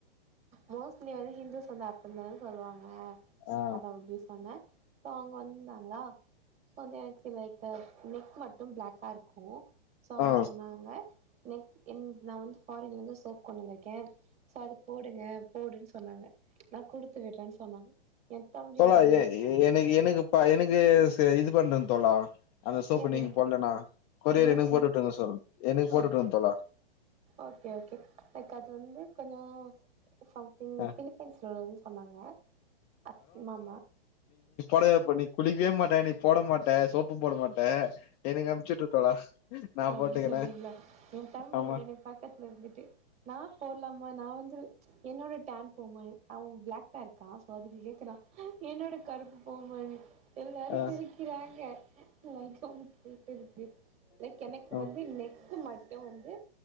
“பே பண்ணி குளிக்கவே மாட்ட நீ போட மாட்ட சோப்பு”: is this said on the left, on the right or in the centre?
Left